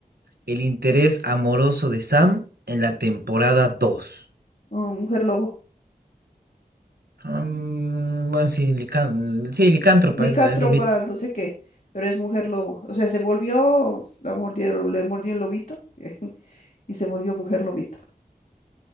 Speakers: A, on the right; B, on the left.
A: El interés amoroso de Sam en la temporada 2.
B: Oh, mujer lobo.
A: Mm, bueno, sí, lican- sí, licántropa,
B: Licántropa,
A: es, lo es lo mismo.
B: no sé qué, pero es mujer lobo. O sea, se volvió, la mordió, le mordió el lobito <laughs> y se volvió mujer lobito.